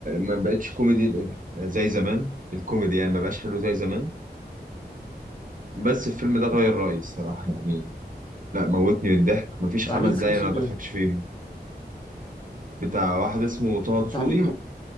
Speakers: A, on the right; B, on the left.
A: ما بقتش كوميدي زي زمان الكوميدي يعني ما بقاش حلو زي زمان بس الفيلم ده غير رأيي الصراحة يعني لا موتني من الضحك مفيش
B: بتاع
A: خمس
B: مين سيكو
A: دقايق
B: سيكو
A: انا ما بضحكش
B: ده
A: فيهم بتاع واحد اسمه طه
B: بتاع
A: دسوقي
B: مين